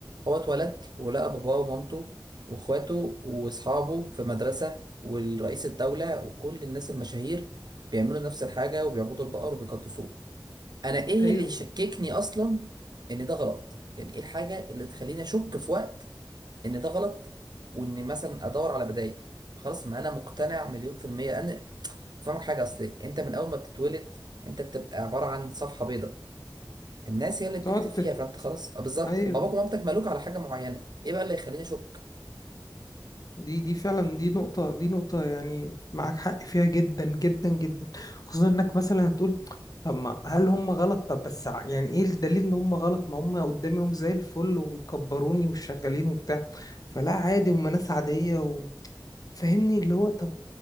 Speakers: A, on the right (about 55°); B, on the left (about 50°).
A: هو اتولد ولقى باباه ومامته واخواته واصحابه في مدرسه والرئيس الدوله وكل الناس المشاهير بيعملوا نفس الحاجه وبيعبدوا البقر وبيقدسوه انا ايه
B: ايوه
A: اللي يشككني اصلا ان ده غلط يعني ايه الحاجه اللي تخليني اشك في وقت ان ده غلط وان مثلا ادور على بدائل خلاص ما انا مقتنع مليون في الميه لان فاهمك حاجه اصل انت من اول ما بتتولد يعني انت بتبقى عباره عن صفحه بيضاء الناس هي اللي بتكتب
B: تقعد
A: فيها
B: تت...
A: فانت خلاص آه، بالظبط
B: ايوه
A: باباك ومامتك مالوك على حاجه معينه ايه بقى اللي يخليني اشك
B: دي دي فعلا دي نقطة دي نقطة يعني معاك حق فيها جدا جدا جدا خصوصا انك مثلا هتقول طب ما هل هم غلط طب بس ع- يعني ايه الدليل ان هم غلط ما هم قدامهم زي الفل وكبروني وشغالين وبتاع فلا عادي هم ناس عادية وفهمني اللي هو طب